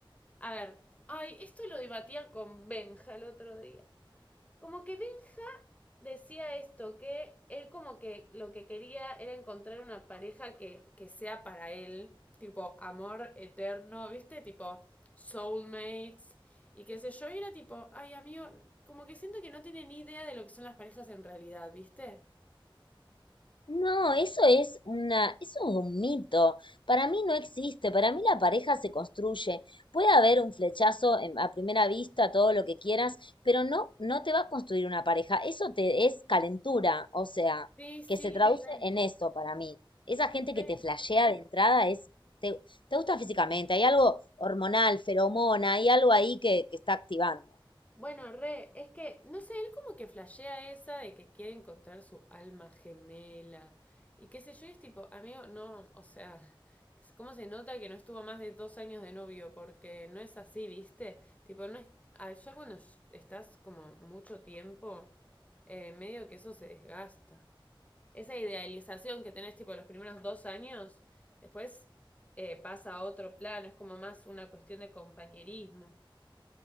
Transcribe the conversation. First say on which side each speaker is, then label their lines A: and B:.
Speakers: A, on the left (about 15°); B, on the left (about 65°).
A: A ver, ay, esto lo debatía con Benja el otro día. Como que Benja decía esto, que él como que lo que quería era encontrar una pareja que, que sea para él, tipo amor eterno, ¿viste? Tipo soulmates y qué sé yo, y era tipo, ay amigo, como que siento que no tiene ni idea de lo que son las parejas en realidad, ¿viste?
B: No, eso es una, eso es un mito. Para mí no existe. Para mí la pareja se construye. Puede haber un flechazo en- a primera vista, todo lo que quieras, pero no, no te va a construir una pareja. Eso te es calentura, o sea,
A: Sí, sí,
B: que se traduce
A: re,
B: en eso para mí. Esa gente
A: re.
B: que te flashea de entrada es, te, te gusta físicamente. Hay algo hormonal, feromona, hay algo ahí que, que está activando.
A: Bueno, re, es que, no sé, él como que flashea esa de que quiere encontrar su alma gemela y qué sé yo, y es tipo, amigo, no, o sea, <laughs> ¿cómo se nota que no estuvo más de dos años de novio? Porque no es así, ¿viste? Tipo, no es, ah, ya cuando estás como mucho tiempo, eh, medio que eso se desgasta. Esa idealización que tenés tipo los primeros dos años, después eh, pasa a otro plano, es como más una cuestión de compañerismo.